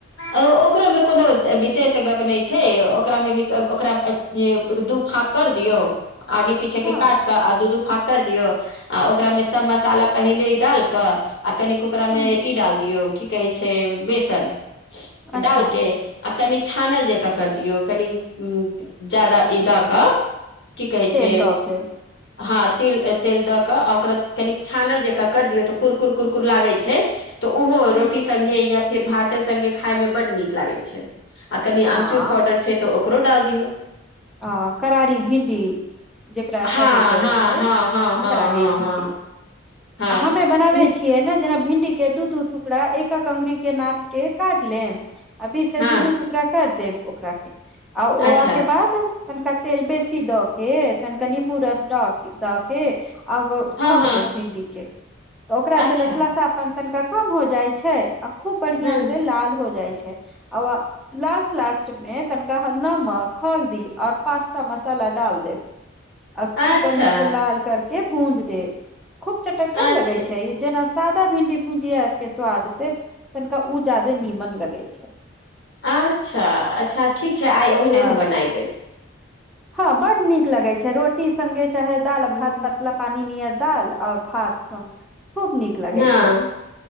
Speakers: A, on the left (about 60°); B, in the centre.
A: ओ ओकरोमे कोनो विशेष गप नहि छै ओकरामे भी ओकरा जे दू फांक कर दियौ आगे पीछे
B: हँ
A: के काट क आ दू दू फाँक कर दियौ आ ओकरामे सब मसाला पहिलेडाल क आ कनि ओकरामे
B: हँ
A: ई डाल दियौ की कहै छै बेसन,
B: अच्छा
A: डालके आ कनि छानल जकाँ कर दियौ कनि ज्यादा ई द क की कहै
B: तेल
A: छै
B: दऽ के
A: हँ तिल तेल द क आ ओकरा कनिक छानल जे का कर दियौ त कुरकुर कुरकुर लागे छै त ओहो
B: अच्छा
A: रोटी संगे या फिर भाते संगे खाय मे बड नीक लागै छै आ कनि
B: हँ
A: अमचूर पाउडर छै त ओकरोडाल दियौ
B: आ करारी भिंडी जेकरा
A: हँ
B: कहे जाइ
A: हँ
B: छै
A: हँ हँ हँ
B: करारी
A: हँ
B: भिणडी
A: हँ हँ
B: आ हमे बनाबे
A: हूँ,
B: छियै ने जेना भिंडी के दू दू टुकड़ा एक एक अंगुरी के नाप के काट लेब अभी से
A: हँ
B: दू दू टुकड़ा कर देब ओकरा के आ ओकरा
A: अच्छा
B: के बाद तनिका तेल बेसी द के तनिका नीम्बू रस द के अब छौंक
A: हँ हँ
B: देब भिंडी के त ओकरा से
A: अच्छा
B: लसलसापन तनिका कम हो जाइ छै आ खूब बढ़िया
A: हूँ
B: से लाल हो जाइ छै। आ लास्ट लास्ट मे तनिका नमक हल्दी और पास्ता मसाला डाल देब आ
A: अच्छा
B: खूब बढ़िआ से लाल करके भूज देब खूब चटकगर
A: अच्छा
B: लगै छै जेना सादा भिंडी भुजिया के स्वाद से तनिका उ ज्यादे नीमन लगै छै।
A: अच्छा, अच्छा ठीक छै आइ ओहने
B: हँ
A: हम बनेबै।
B: हँ बड नीक लगे छै रोटी संगे चाहे दालि
A: हूँ,
B: भात पतला पानी नियर डाल आ भात संग खूब नीक लगै
A: हँ,
B: छै